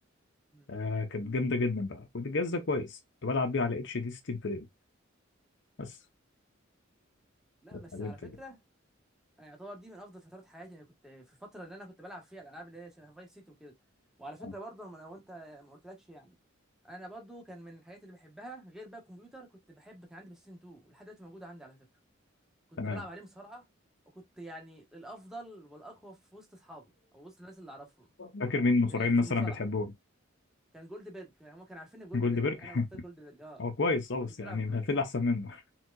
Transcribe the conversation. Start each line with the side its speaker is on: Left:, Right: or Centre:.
Centre: امم
Left: آه كانت جامدة جدا بقى والجهاز ده كويس كنت بلعب بيه على اتش دي 60 فريم بس
Centre: لا
Left: اتعلمت
Centre: بس على فكره
Left: بقى.
Centre: يعني يعتبر دي من افضل فترات حياتي انا كنت في الفتره اللي انا كنت بلعب فيها الالعاب اللي هي شبه فايس سيتي وكده وعلى فكره
Left: آه،
Centre: برضه أنا- لو انت ما قلتلكش يعني انا برضه كان من الحاجات اللي بحبها غير بقى الكمبيوتر كنت بحب كان عندي بلاي 2 ولحد دلوقتي موجود عندي على فكره كنت
Left: تمام
Centre: بلعب عليه مصارعه وكنت يعني الافضل والاقوى في وسط اصحابي او وسط الناس اللي اعرفهم
Left: فاكر مين المصارعين
Centre: في في
Left: مثلا
Centre: المصارعه
Left: بتحبهم
Centre: كان جولد بيرج هم كانوا عارفين جولد
Left: جولد
Centre: بيرج
Left: بيرج
Centre: انا بختار جولد بيرج اه
Left: هو كويس اه بس
Centre: كنت
Left: يعني
Centre: العب
Left: ما في اللي احسن منه